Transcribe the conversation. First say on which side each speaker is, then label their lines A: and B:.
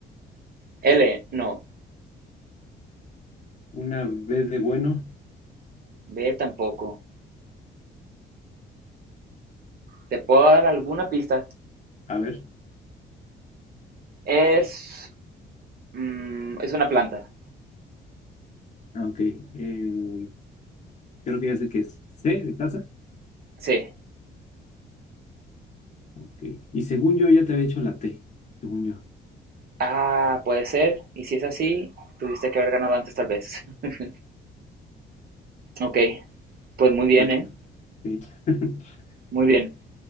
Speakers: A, on the right; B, on the left.
A: L, no.
B: una B de bueno.
A: B tampoco. ¿Te puedo dar alguna pista?
B: A ver.
A: Es, mm, es una planta.
B: ah, Ok. eh, creo que ya sé que es C de casa.
A: Sí.
B: Ok. Y según yo ya te había hecho la T, según yo.
A: Ah, puede ser. Y si es así, tuviste que haber ganado antes tal vez. <laughs> Ok, pues muy bien,
B: Exacto.
A: ¿eh?
B: Sí. <laughs>
A: Muy bien.